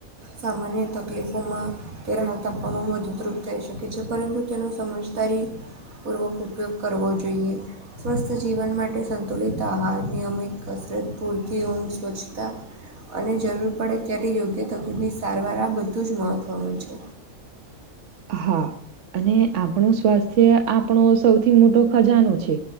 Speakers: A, on the right; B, on the right.
A: સામાન્ય તકલીફોમાં તે હાલ તાપવામાં વધુ દ્રુપ થઈ શકે છે પરંતુ તેનો સમજ તારીપૂર્વક ઉપયોગ કરવો જોઈએ. સ્વસ્થ જીવન માટે સંતુલિત આહાર, નિયમિત કસરત, પૂરતી ઊંમ સ્વચ્છતા અને જરૂર પડે ત્યારે યોગ્ય તબીબી સારવાર આ બધું જ મહત્વનું છે.
B: હા અને આપણું સ્વાસ્થ્ય આપણો સૌથી મોટો ખજાનો છે.